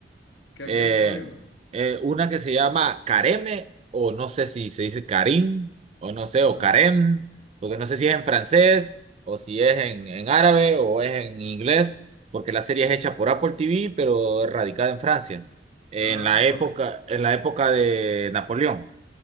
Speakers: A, on the left; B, on the right.
A: ¿Qué,
B: eh,
A: qué has estado viendo?
B: eh, una que se llama Careme, o no sé si se dice Karim, o no sé,
A: Ajá.
B: o Karem, porque no sé si es en francés, o si es en, en árabe, o es en inglés, porque la serie es hecha por Apple TV, pero es radicada en Francia, en
A: Ah,
B: la
A: bueno.
B: época, en la época de Napoleón.